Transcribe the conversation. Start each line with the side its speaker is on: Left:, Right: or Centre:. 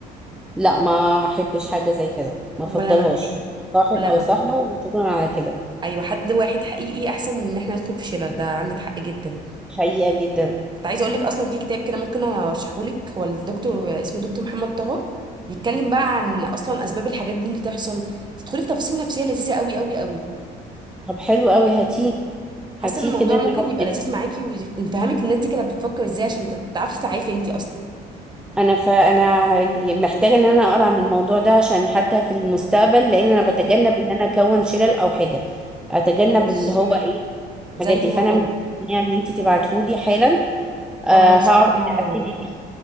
Centre: لا ما أحبش حاجة زي كده ما
Right: ولا
Centre: أفضلهاش
Right: انا نهائي
Centre: صاحب
Right: ولا
Centre: أو
Right: انا
Centre: صاحبة وشكرا على كده
Right: ايوه حد واحد حقيقي احسن من ان احنا ندخل في شلل ده عندك حق جدا
Centre: حقيقة جدا
Right: كنت عايزه اقول لك اصلا في كتاب كده ممكن ارشحه لك هو الدكتور اسمه دكتور محمد طه بيتكلم بقى عن اصلا اسباب الحاجات دي اللي تحصل تدخلي في تفاصيل نفسيه لذيذه قوي قوي قوي
Centre: طب حلو قوي هاتيه
Right: حاسه
Centre: هاتيه
Right: ان الموضوع
Centre: كده نقعد
Right: ممكن يبقى لذيذ معاكي ويف- ويفهمك الناس دي كانت بتفكر ازاي عشان ت- تعرفي تسعي انتي اصلا
Centre: انا فانا محتاجه ان انا اقرا عن الموضوع ده عشان حتى في المستقبل لان انا
Right: مم.
Centre: بتجنب ان انا اكون شلل او حاجه اتجنب
Right: خلاص
Centre: اللي هو
Right: حلو
Centre: ايه
Right: زيي
Centre: الحاجات دي فانا
Right: والله
Centre: مستنيه ان انت تبعتهولي حالا
Right: خلاص
Centre: أه هقعد
Right: انا
Centre: ابتدي فيه